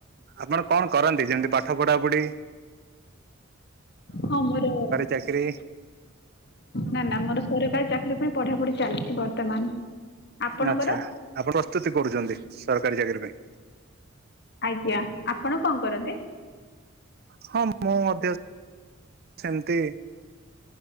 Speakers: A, on the right (about 50°); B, on the left (about 55°).
A: ଆପଣ କଣ କରନ୍ତି ଯେମିତି ପାଠ ପଢାପଢି
B: ହଁ ମୋର
A: ଚାକିରି
B: ନା ନା ମୋର ସରକାର ଚାକି ରି ପାଇଁ ପଢାପଢି ଚାଲିଛି ବର୍ତ୍ତମାନ। ଆପଣଙ୍କର
A: ଆଚ୍ଛା ଆପଣ ପ୍ରସ୍ତୁତି କରୁଛନ୍ତି ସରକାରୀ ଚାକିରି ପାଇଁ
B: ଆଜ୍ଞା ଆପଣ କଣ କରନ୍ତି?
A: ହଁ ମୁଁ ମଧ୍ୟ ସେମିତି